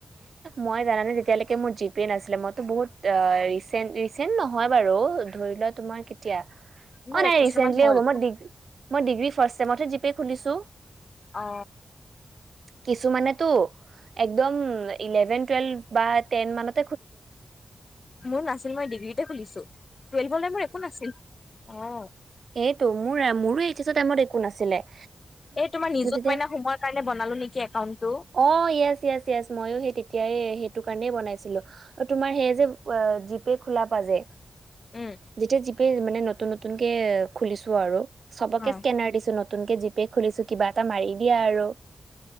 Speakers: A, on the right; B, on the left.
A: মই জানানে যেতিয়ালৈকে। মোৰ জিপে নাছিলে মই বহুত এ ৰিচেন্ট ৰিচেণ্ট নহয় বাৰু ধৰি লোৱা তোমাৰ। এতিয়া অ
B: মোৰ
A: নহয়
B: এক বছৰ
A: ৰিচেন্টলি
B: মান হ'ল
A: হ'ব মই মই ডিগ্ৰী ফাৰ্ষ্ট ছেমত হে জিপে খুলিছোঁ
B: অ।
A: কিছুমানেতো একদম ইলেভেন টুৱেলভ বা টেন মানত।
B: মোৰ নাছিল মই ডিগ্ৰীতে খুলিছোঁ। টুএলভ লৈ মোৰ একো নাছিল অ। <unintelligible>
A: এইটো মোৰ মোৰো এইটো টাইমত একো নাছিলে।
B: এই তোমাৰ নিজুত
A: তেতিয়া
B: মইনা সমোয়ৰ কাৰণে বনালো নেকি একাউন্ট টো।
A: অ য়েছ য়েছ য়েছ মইয়ো সেইটো। তেতিয়াই সেইটো কাৰণ বনাইছিলোঁ তোমাৰ সেইয়ে যে জিপে খোলাৰ পৰা যে।
B: উম
A: যেতিয়া জি পে মানে নতুন নতুনকে খুলিছোঁ আৰু। চবকে
B: অ
A: স্কেনাৰ দিছোঁ নতুনকে জিপে খুলিছোঁ কিবা এটা মাৰি দিয়া আৰু।